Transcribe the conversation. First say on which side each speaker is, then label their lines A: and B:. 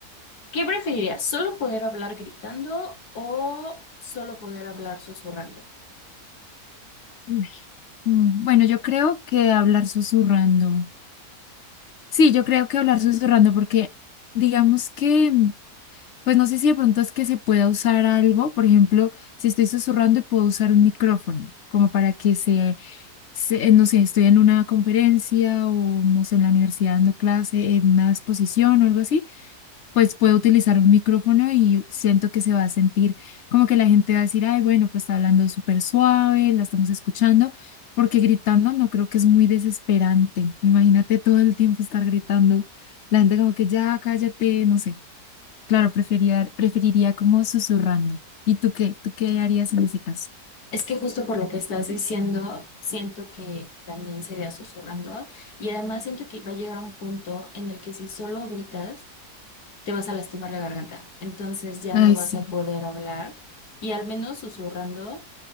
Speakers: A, on the left (about 75°); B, on the left (about 55°).
A: ¿qué preferirías? ¿Solo poder hablar gritando o solo poder hablar susurrando?
B: Uy. Mm, Bueno, yo creo que hablar susurrando. Sí, yo creo que hablar susurrando porque digamos que, mm, pues no sé si de pronto es que se pueda usar algo, por ejemplo, si estoy susurrando y puedo usar un micrófono, como para que se, se- eh, no sé, estoy en una conferencia o no sé, en la universidad dando clase, en una exposición o algo así pues puedo utilizar un micrófono y siento que se va a sentir como que la gente va a decir, ay, bueno, pues está hablando súper suave, la estamos escuchando, porque gritando no creo que es muy desesperante. Imagínate todo el tiempo estar gritando, la gente como que ya cállate, no sé. Claro, preferiría, preferiría como susurrando. ¿Y tú qué? ¿Tú qué harías en ese caso?
A: Es que justo por lo que estás diciendo, siento que también sería susurrando y además siento que va a llegar un punto en el que si solo gritas, te vas a lastimar la garganta. Entonces ya
B: Ay,
A: no vas
B: sí,
A: a poder hablar y al menos susurrando,